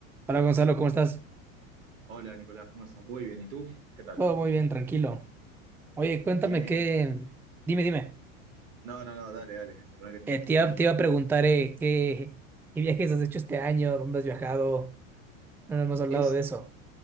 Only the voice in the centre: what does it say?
Hola Gonzalo, ¿cómo estás?
Todo muy bien, tranquilo. Oye, cuéntame
qué. Dime, dime.
Eh,
te iba, te iba a preguntar eh, qué, qué viajes has hecho este año, dónde has viajado. No nos hemos hablado
de eso.